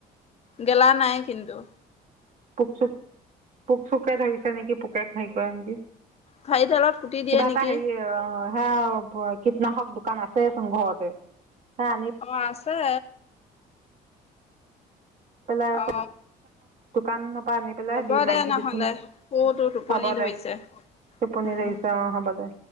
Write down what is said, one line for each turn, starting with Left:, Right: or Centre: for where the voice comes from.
Left: গেলা নাই কিন্তু।
Right: পোক চোক, পোক চোকে ধৰিছে নেকি পোকে খাই কৰে নেকি।
Left: ঠাৰি ডালত কুটি
Right: কিবা
Left: দিয়ে
Right: এটা
Left: নেকি।
Right: হেৰি অ, সেয়া কীটনাশক দোকান আছেচোন ঘৰতে সেয়া আনি
Left: অঁ আছে।
Right: পেলাইক
Left: অ
Right: দোকান পা আনি পেলাই
Left: হ'ব
Right: দি মাৰি
Left: দে
Right: দিবিচোন,
Left: নহ'লে মোৰতো টোপনি
Right: হ'ব
Left: ধৰিছে
Right: দে। টোপনি
Left: উম
Right: ধৰিছে অ‍ঁ হ'ব দে।